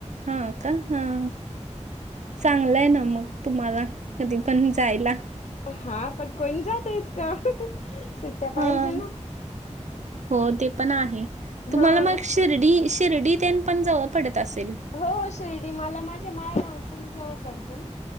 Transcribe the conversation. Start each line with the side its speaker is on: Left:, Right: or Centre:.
Right: का हा चांगलंय ना मग तुम्हाला कधी पण जायला.
Left: हा पण कोण जातय इतक सुट्टया
Right: हां
Left: पाहिजे ना.
Right: हो ते पण आहे तुम्हाला
Left: हा.
Right: मग शिर्डी शिर्डीतेन पण जवळ पडत असेल.
Left: हो हो शिर्डी मला माझ्या माहेरहून पण जवळ पडते.